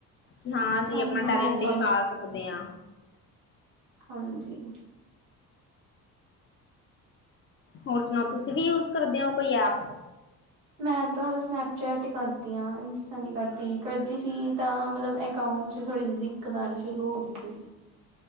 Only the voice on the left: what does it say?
ਕਿ ਹਾਂ ਅਸੀਂ
ਆਪਣਾ
ਟੈਲੈਂਟ ਦਿਖਾ
ਸਕਦੇ ਹਾਂ।
ਹੋਰ ਸੁਣਾਓ ਤੁਸੀਂ ਵੀ ਯੂਜ ਕਰਦੇ ਹੋ ਕੋਈ ਐਪ?